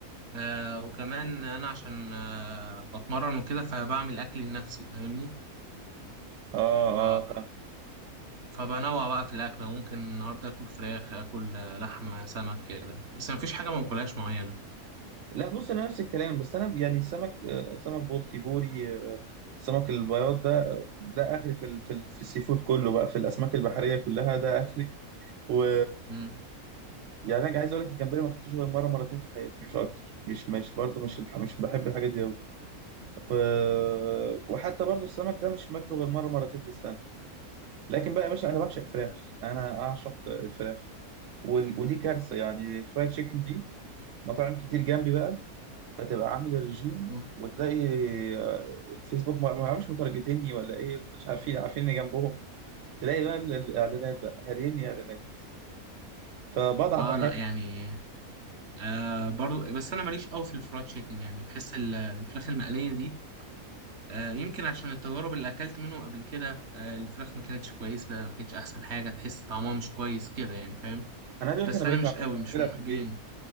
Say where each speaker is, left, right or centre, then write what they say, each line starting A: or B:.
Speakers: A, on the right (about 50°); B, on the right (about 65°).
A: آه وكمان انا عشان آه بتمرن وكده فبعمل اكل لنفسي فاهمني
B: اه
A: ف...
B: اه فاهم
A: فبنوع بقى في الاكل ممكن النهارده اكل فراخ اكل آه، لحمه سمك كده بس ما فيش حاجه ما باكلهاش معينه
B: لا بص انا نفس الكلام بس انا يعني السمك آه، سمك بلطي بوري آه، السمك البياض ده آه، ده اخري في ال- في ال- في السي فود كله بقى في الاسماك البحريه كلها ده اخري و
A: مم.
B: يعني انا عايز اقول لك الجمبري ما اكلتوش غير مره مرتين في حياتي مش اكتر مش مش برضه مش الح- مش بحب الحاجات دي أوي. و- وحتى برضو السمك ده مش ماكله غير مرة مرتين في السنة لكن بقى يا باشا أنا بعشق فراخ أنا أعشق الفراخ وال- ودي كارثة يعني الفرايد تشيكن دي مطاعم كتير جنبي بقى فتبقى عامل الرجيم
A: مم.
B: وتلاقي آه، الفيسبوك ما ما عارفش مترجتني ولا ايه مش عارفين عارفين اني جنبهم تلاقي بقى ال- الاعلانات بقى هاريني اعلانات فبضعف
A: اه
B: احيانا
A: لا يعني آه برضو بس انا ماليش قوي في الفرايد تشيكن يعني بحس ال- الفراخ المقليه دي آه يمكن عشان التجارب اللي اكلت منهم قبل كده آه الفراخ ما كانتش كويسه ما كانتش احسن حاجه تحس طعمها مش كويس كده يعني فاهم
B: انا عايز أقول
A: بس
B: لك انا بقيت
A: انا مش
B: أعمل-
A: قوي
B: بعملها
A: مش من محبين
B: في البيت